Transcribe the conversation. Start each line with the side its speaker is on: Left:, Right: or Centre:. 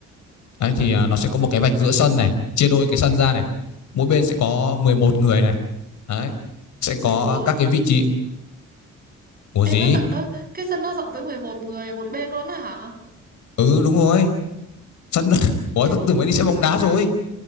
Left: đấy thì à, nó sẽ có một cái vạch giữa sân này chia đôi cái sân ra này mỗi bên sẽ có 11 người này đấy sẽ có
Right: Ủa?
Left: các cái vị trí của
Right: Ê,
Left: gì
Right: nó tận tới cái sân nó rộng tới 11 người một bên luôn đó hả?
Left: ừ đúng rồi sân <laughs> ủa
Right: Ê,
Left: tao tưởng mày đi xem bóng đá rồi